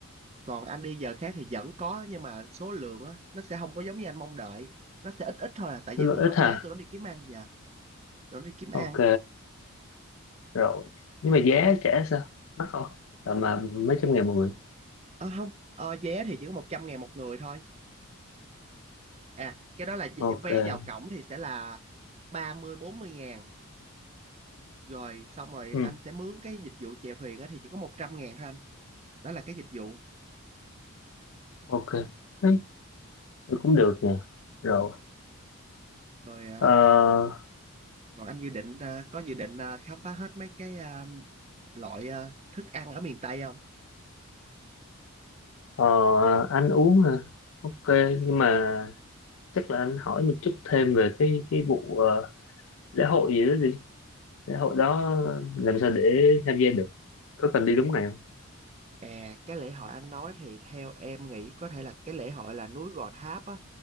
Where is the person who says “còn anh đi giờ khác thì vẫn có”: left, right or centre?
Right